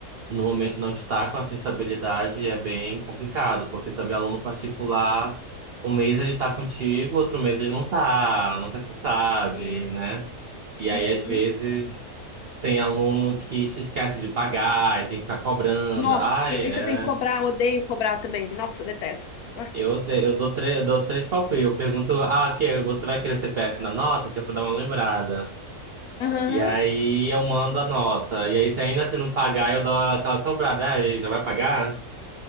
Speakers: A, on the right; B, on the left.
A: no momento não está com essa estabilidade é bem complicado, porque também aluno particular, um mês ele está contigo, outro mês ele não está, nunca se sabe,
B: É.
A: né? E aí,
B: Uhum.
A: às vezes, tem aluno que se esquece de pagar, e tem que ficar cobrando.
B: Nossa,
A: Ah,
B: e
A: é.
B: aí você tem que cobrar, odeio cobrar também. Nossa, detesto. Ah,
A: Eu, de- eu dou, tre- eu dou três palpites. Eu pergunto, ah, que você vai querer CPF na nota? Que é pra dar uma lembrada.
B: Aham,
A: E aí eu mando a nota. E aí, se ainda assim não pagar, eu dou aquela cobrada. Ah, ele já vai pagar?